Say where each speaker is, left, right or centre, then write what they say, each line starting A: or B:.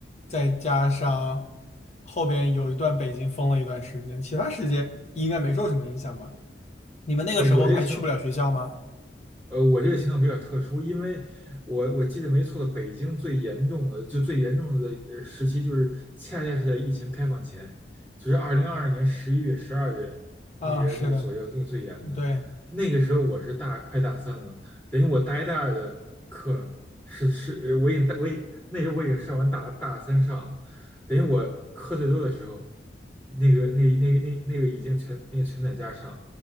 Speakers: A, on the left; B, on the left.
A: 再加上后边有一段北京封了一段时间，其他时间应该没受什么影响吧？你们那个时候还去不了学校吗？
B: 呃，我这情呃，我这个情况比较特殊，因为我我记得没错的，北京最严重的就最严重的呃时期，就是恰恰是在疫情开放前，就是二零二二年十一月、十二月那个那个左右，
A: 啊，是的，
B: 那个最严的。
A: 嗯对，
B: 那个时候我是大快大三了，等于我大一大二的课是是，我已经大我已那时候我已经上完大大三上了，等于我课最多的时候，那个那那那那个已经全那个全在家上，